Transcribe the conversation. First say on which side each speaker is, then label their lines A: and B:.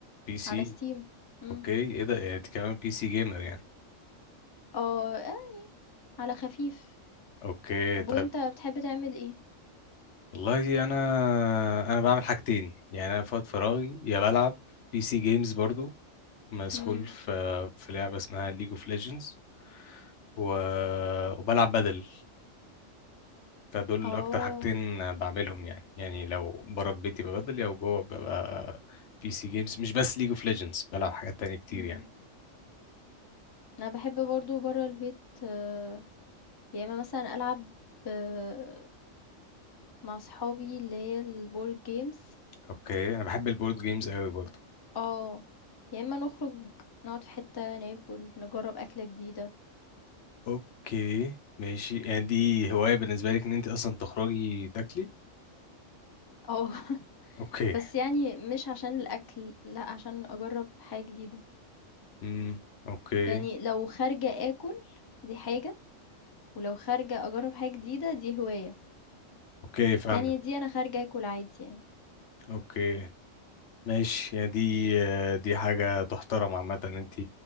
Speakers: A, on the left; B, on the left.
A: بي سي
B: على ستيم امم
A: اوكي ايه ده يعني انت كمان بي سي جيمر يعني
B: اه آه، على خفيف
A: اوكي
B: طب
A: طيب
B: وانت بتحب تعمل ايه
A: والله انا انا بعمل حاجتين يعني انا في وقت فراغي يا بلعب بي سي جيمز برضو مسحول
B: امم
A: في في لعبة اسمها ليج اوف ليجندز و... وبلعب بدل فدول
B: اه
A: اكتر حاجتين بعملهم يعني يعني لو بره بيتي ببدل او جوه ببقى بي سي جيمز مش بس ليج اوف ليجندز بلعب حاجات تانية كتير
B: امم
A: يعني
B: انا بحب برضو برا البيت آه، يا اما مثلا العب آه، مع صحابي اللي هي البورد جيمز
A: اوكي انا بحب البورد جيمز قوي برضو
B: اه يا اما نخرج نقعد في حتة ناكل نجرب أكلة جديدة
A: اوكي ماشي يعني دي هواية بالنسبة لك ان انت اصلا تخرجي تاكلي
B: اه <laughs>
A: اوكي
B: بس يعني مش عشان الأكل لا عشان أجرب حاجة جديدة
A: امم اوكي
B: يعني لو خارجة أكل دي حاجة ولو خارجة أجرب حاجة جديدة دي هواية
A: اوكي
B: التانية
A: فاهمك
B: دي أنا خارجة أكل عادي يعني
A: اوكي ماشي يعني دي آه، دي حاجة تحترم عامة ان انت